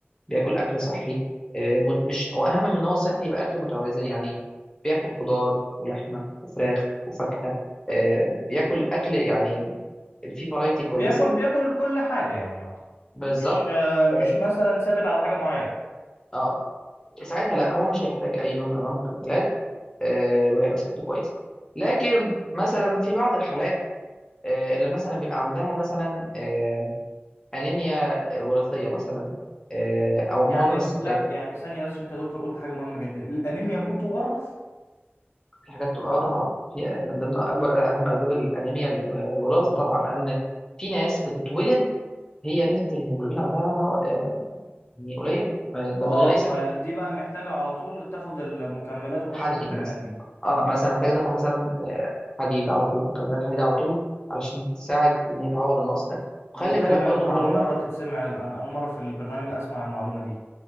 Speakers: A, on the left; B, on the left.
A: بياكل اكل صحي آه، مت- مش واهم من ان هو صحي يبقى اكل متوازن يعني بياكل خضار ولحمه وفراخ وفاكهه آه، بياكل اكل يعني فيه فرايتي كويسه
B: بياكل بياكل كل حاجه يعني يعتبر
A: بالظبط
B: مش آه، مش
A: اه
B: مثلا ثابت على حاجه معينه
A: آه، ساعتها لا هو مش هيحتاج اي نوع من انواع المكملات آه، وهيبقى صحته كويسه لكن مثلا في بعض الحالات آه، اللي مثلا بيبقى عندها مثلا آه، انيميا وراثيه مثلا آه، او
B: يعني
A: معظم الستات
B: لا يعني ثانيه بس عشان انت يا دكتور قلت حاجه مهمه جدا الانيميا بتورث
A: في حاجات تبقى اه طبعا في من ضمن اكبر اهم اسباب الانيميا الوراثه طبعا لان في ناس بتتولد هي نسبه الهيموجلوبين عندها آه، يعني قليله ما- ده
B: اه
A: من غير اي سبب
B: فدي بقى محتاجة على طول تاخد المكملات وتاخد
A: حديد
B: الفيتامينات
A: مثلا
B: دي
A: اه مثلا محتاجه تاخد مثلا آه، حديد على طول مكملات حديد على طول علشان تساعد ان هي تعوض النقص ده
B: دي
A: وخلي
B: تقريبا
A: بالك برضو
B: أول
A: معلومه
B: مرة تتسمع أنا أول مرة في البرنامج أسمع المعلومة دي